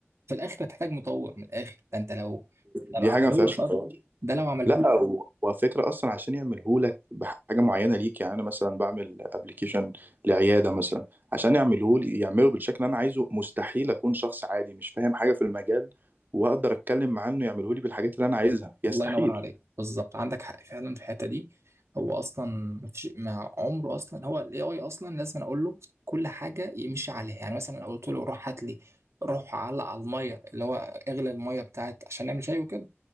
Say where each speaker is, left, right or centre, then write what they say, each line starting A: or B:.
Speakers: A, on the right; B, on the right.
A: في الاخر هتحتاج مطور من الاخر ده انت لو ده
B: دي
A: لو عمله
B: حاجه ما فيهاش
A: لك اصلا
B: نقاش
A: ده لو عمله
B: لا و- وفكرة اصلا عشان يعملهولك بحاجه معينه ليك يعني انا مثلا بعمل ابلكيشن لعياده مثلا عشان يعمله لي يعمله بالشكل اللي انا عايزه مستحيل اكون شخص عادي مش فاهم حاجه في المجال واقدر اتكلم معاه انه يعمله لي بالحاجات اللي انا عايزها يستحيل
A: الله ينور عليك بالظبط عندك حق فعلا في الحته دي هو اصلا مفيش مع عمره اصلا هو الاي اي اصلا لازم أنا اقول له كل حاجه يمشي عليها يعني مثلا أنا قلت له روح هات لي روح علق على الميه اللي هو اغلي الميه بتاعت عشان نعمل شاي وكده